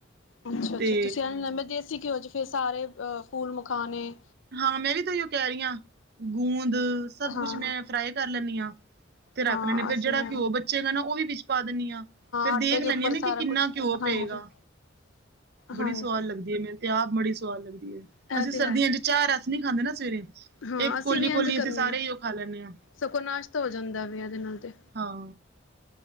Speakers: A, on the left (about 85°); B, on the right (about 55°).
A: ਅੱਛਾ ਅੱਛਾ-ਅੱਛਾ
B: ਤੇ
A: ਤੁਸੀਂ ਮੈਂ ਦੇਸੀ ਘਿਓ ਫਿਰ ਸਾਰੇ ਫੂਲ, ਮਕਾਉਣੇ
B: ਹਾਂ ਮੈਂ ਵੀ ਤਾ ਏਹੀ ਓ ਕਹਿ ਰਹੀ ਹਾਂ ਗੂੰਦ ਸਭ
A: ਹਾਂ
B: ਕੁਛ ਮੈਂ ਫਰਾਈ ਕਰ ਲੈਣੀ ਹਾਂ ਤੇ ਰੱਖ
A: ਹਾਂ
B: ਲੈਣੀ ਆ ਫੇਰ
A: ਅਸੀਂ
B: ਜਿਹੜਾ
A: ਵੀ
B: ਘਿਓ ਬਚੇਗਾ ਨਾ ਉਹ ਵੀ ਵਿੱਚ ਪਾ ਦਿੰਦੀ ਹਾਂ ਫੇਰ
A: ਆਟੇ
B: ਦੇਖ
A: ਦੇ
B: ਲੈਂਣੀ
A: ਉੱਪਰ
B: ਹਾਂ ਨਾ
A: ਸਾਰਾ
B: ਕਿ ਕਿੰਨਾ
A: ਕੁਛ
B: ਘਿਓ
A: ਹਾਂਜੀ
B: ਪਏਗਾ ਬੜੀ
A: ਹਾਂਜੀ
B: ਸਵਾਦ ਲੱਗਦੀ ਹੈ ਮੈਨੂੰ ਤੇ ਆਪ ਬੜੀ ਸਵਾਦ ਲਗਦੀ ਹੈ।
A: ਇਹ
B: ਅਸੀਂ ਸਰਦੀਆਂ
A: ਤੇ ਹੈ
B: ਚ ਚਾਹ ਰਸ ਨੀ ਖਾਂਦੇ ਨਾ ਸਵੇਰੇ
A: ਹਾਂ
B: ਇਕ
A: ਅਸੀਂ
B: ਕੋਲੀ-ਕੋਲੀ
A: ਵੀ ਇੰਝ ਕਰਨੇ
B: ਅਸੀਂ ਸਾਰੇ
A: ਹਾਂ
B: ਹੀ ਉਹ ਖਾ ਲੈਣੇ ਹਾਂ
A: ਸਗੋਂ ਨਾਸ਼ਤਾ ਹੋ ਜਾਂਦਾ ਵੇ ਇਹਦੇ ਨਾਲ ਤੇ
B: ਹਾਂ